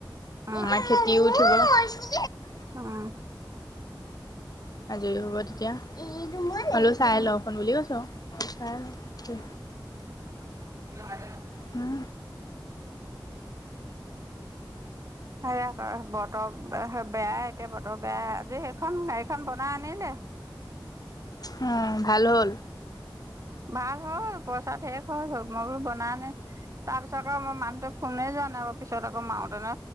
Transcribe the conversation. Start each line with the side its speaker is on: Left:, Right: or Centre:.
Right: উম
Left: আমাৰ খেতিও উঠিব।
Right: উম
Left: আজৰি হ'ব তেতিয়া এইটো মোলে হলো
Right: উম
Left: চাই লও চোন বুলি কৈছোঁ। অ চাই ল
Right: <unintelligible>
Left: উম
Right: সেয়া ক বতৰ হে বেয়াই এতিয়া বতৰ বেয়া আজি সেইখন গাড়ীখন বনাই আনিলে
Left: হা ভাল হ'ল
Right: ভাল হল পইচা ধেৰ খৰছ হল মই বোলো বনালে। তাৰ পিছত আকৌ মই মানুহটোক ফোনেই যোৱা নাই আৰু পিছত আকৌ মাউটেনে